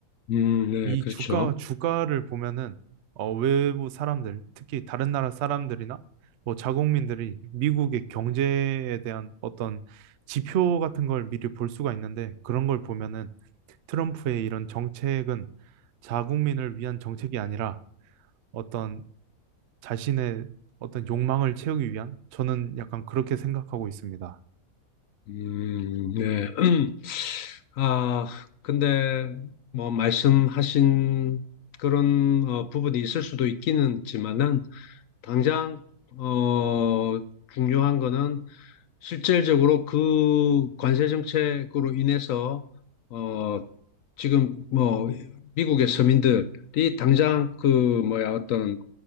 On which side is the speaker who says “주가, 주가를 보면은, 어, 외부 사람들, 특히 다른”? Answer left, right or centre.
Right